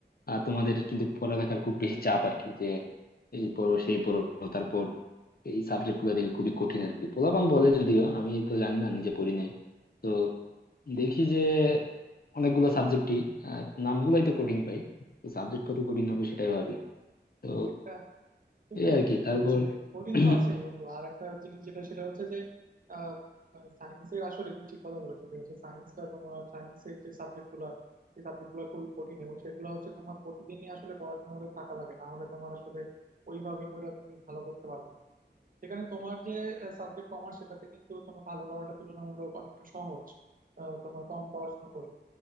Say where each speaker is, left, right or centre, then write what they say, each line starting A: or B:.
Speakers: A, on the left; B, on the right.
A: আহ, তোমাদের কিন্তু পড়ালেখার খুব বেশি চাপ আর কি যে এই পড়ো সেই পড়ো তারপর এই সাবজেক্ট গুলো দেখি খুবই কঠিন আর কি পোলাপান বলে যদিও আমি তো জানি না নিজে পড়ি নাই তো দেখি যে অনেকগুলো সাবজেক্টই আর নামগুলাই তো কঠিন ভাই তো সাবজেক্ট কত কঠিন
B: হ্যাঁ,
A: হবে সেটাই ভাবি তো
B: একটা সেটাই
A: এই আর
B: বন্ধু
A: কি তারপর
B: যে হচ্ছে কঠিন
A: <clears throat>
B: তো আছেই বন্ধু আর একটা জিনিস যেটা সেটা হচ্ছে যে আহ সায়েন্সের আসলে তুমি ঠিক কথা বলেছো যে হচ্ছে সায়েন্সটা তোমার সায়েন্সের যে সাবজেক্ট গুলা সেই সাবজেক্ট গুলো খুবই কঠিন এবং সেগুলো হচ্ছে তোমার প্রতিদিনই আসলে পড়াশোনার মধ্যে থাকা লাগে না হলে তোমার আসলে ওইভাবে করে তুমি ভালো করতে পারবে না সেখানে তোমার যে সাবজেক্ট কমার্স সেটাতে কিন্তু তোমার ভালো করাটা তুলনামূলক অনেকটা সহজ আহ, তোমার কম পড়াশোনা করে